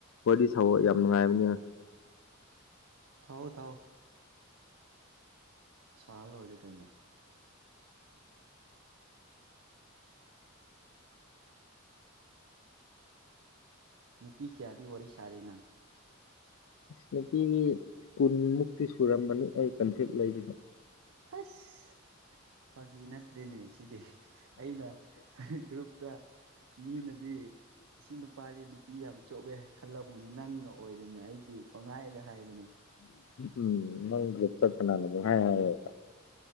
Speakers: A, on the left; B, on the right.
A: ꯋꯥꯔꯤ ꯁꯥꯑꯣ ꯌꯥꯝ ꯅꯨꯡꯉꯥꯏꯕꯅꯤ
B: ꯊꯥꯎ ꯊꯥꯎ ꯁꯥꯔ ꯂꯣꯏꯔꯦ ꯀꯩꯅꯣ ꯅꯨꯄꯤ ꯀꯌꯥꯗꯤ ꯋꯥꯔꯤ ꯁꯥꯔꯤ ꯅꯪ
A: ꯑꯁ ꯅꯨꯄꯤꯒꯤ ꯀꯨꯟꯃꯨꯛꯇꯤ ꯁꯨꯔꯝꯕꯅꯤ ꯑꯩ ꯀꯟꯇꯦꯛ ꯂꯩꯔꯤꯕ
B: ꯍꯁ ꯐꯥꯒꯤ ꯅꯠꯇ꯭ꯔꯦꯅꯦ ꯁꯤꯗꯤ ꯑꯩꯅ ꯒ꯭ꯔꯨꯞꯨꯞꯇ ꯃꯤꯅꯗꯤ ꯁꯤ ꯅꯨꯄꯥꯁꯤ ꯅꯨꯞ ꯄꯤ ꯌꯥꯝ ꯆꯣꯞꯄꯦ ꯈꯜꯂꯝꯒꯅꯤ ꯅꯪꯅ ꯑꯣꯏꯔꯦꯅꯦ ꯑꯩꯗꯤ ꯄꯪꯍꯥꯏꯗ ꯍꯥꯏꯕꯅꯤ
A: ꯎꯝ ꯅꯪ ꯒ꯭ꯔꯨꯞꯇ ꯀꯅꯥꯅ ꯄꯪ ꯍꯥꯏ ꯍꯥꯌꯦꯕ